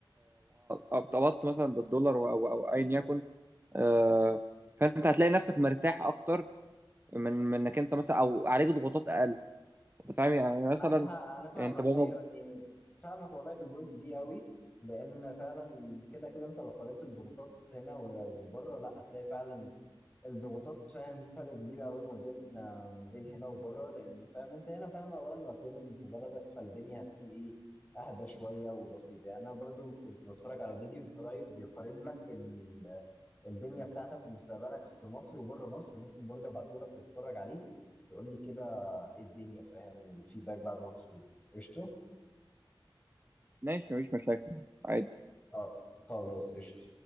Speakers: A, on the right (about 25°); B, on the left (about 15°).
A: وارتبطت مثلا بالدولار او او أو ايا يكن آه، فانت هتلاقي نفسك مرتاح اكتر من من انك انت مثلا او عليك ضغوطات اقل انت فاهم يعني
B: معاك
A: مثلا
B: حق انا فاهمك
A: انت بابا
B: ايوه يعني فاهمك والله في البوينت دي قوي لان فعلا كده كده انت لو قارنت الضغوطات هنا و- وبره لا هتلاقي فعلا الضغوطات فاهم في فرق كبير قوي ما بين آه، ما بين هنا وبره لان فاهم انت هنا فاهم اولا واخيرا في بلدك فالدنيا هتكون ايه اهدى شويه وبسيطه يعني انا برضو كنت بتفرج على فيديو من قريب بيقارن لك ال- الدنيا بتاعتك ومستقبلك في مصر وبره مصر ممكن برضو ابعته لك تتفرج عليه تقول لي كده ايه الدنيا فاهم والفيدباك بعد ما تشوف قشطه
A: ماشي مفيش مشاكل عادي
B: آه، خلاص قشطه